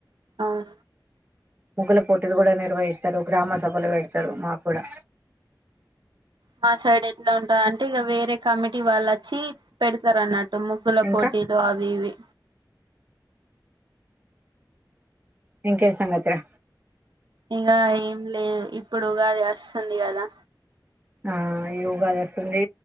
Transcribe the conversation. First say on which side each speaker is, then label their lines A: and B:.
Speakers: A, on the right; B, on the right.
A: అవు
B: ముగ్గుల పోటీలు కూడా నిర్వహిస్తారు గ్రామ సభలు పెడతారు
A: ఆ
B: మా కూడా
A: మా సైడ్ ఎట్ల అన్ టా అంటే ఇగ వేరే కా కమిటీ వల్ల చీ పెడతారు అన్నట్టు ముగ్గుల
B: ఇంకా
A: పోటీలు అవి ఇవి
B: ఇంకేం సంగతులు
A: ఇగ ఏం లేదు ఇప్పుడు ఉగాది వస్తుంది కదా
B: ఆ ఈ ఉగాది వస్తుంది